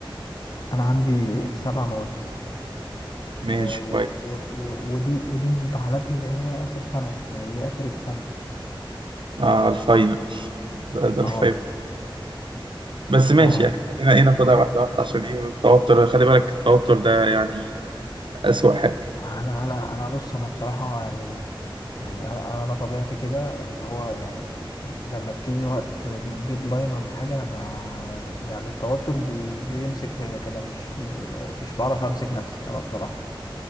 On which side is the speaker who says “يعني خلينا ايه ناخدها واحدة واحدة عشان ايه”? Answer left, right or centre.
Right